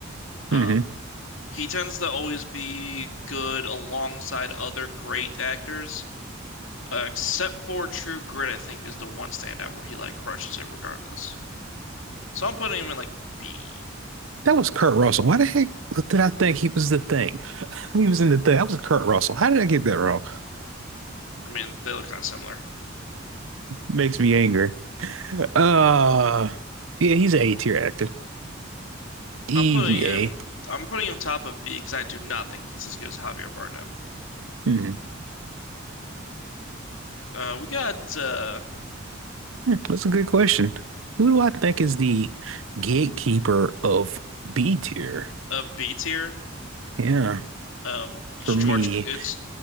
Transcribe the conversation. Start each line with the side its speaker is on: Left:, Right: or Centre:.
Left: Um,
Right: hmm
Left: he tends to always be good alongside other great actors, uh, except for True Grit, I think is the one standout where he like crushes it regardless. So I'm putting him in like B.
Right: That was Kurt Russell. Why the heck did I think he was the thing? <laughs> He was in the thing. That was Kurt Russell. How did I get that wrong?
Left: I mean, they look kind of similar.
Right: Makes me angry. Uh, yeah, he's an A tier actor. Easy
Left: I'm putting him.
Right: A.
Left: I'm putting him top of B because I do not think he's as good as Javier Bardem.
Right: hmm
Left: Uh, we got uh
Right: that's a good question. Who do I think is the gatekeeper of B tier?
Left: a B tier.
Right: Yeah,
Left: Um, George.
Right: for me,
Left: It's